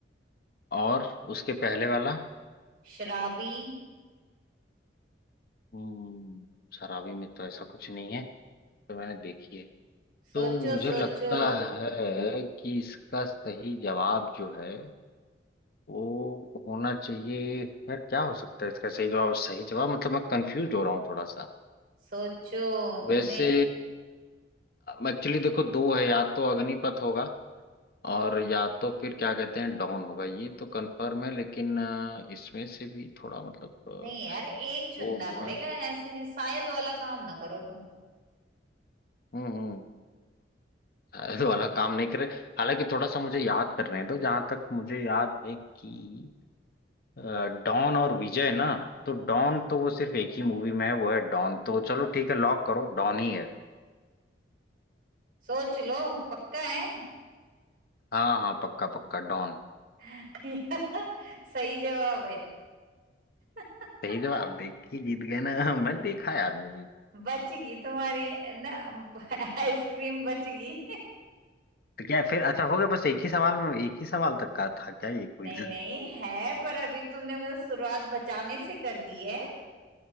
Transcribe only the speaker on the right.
शराबी
सोचो
सोचो
सोचो
तुम्हें
नहीं यार एक चुनना
पड़ेगा
ऐसे नहीं शायद वाला काम ना करो तुम
हाँ
सोच लो पक्का है
<laughs> सही जवाब है <laughs>
बचगी तुम्हारी ना आइसक्रीम बचगी <laughs>
नहीं नहीं है पर अभी तुमने मुझे शुरुआत बचाने से कर दी है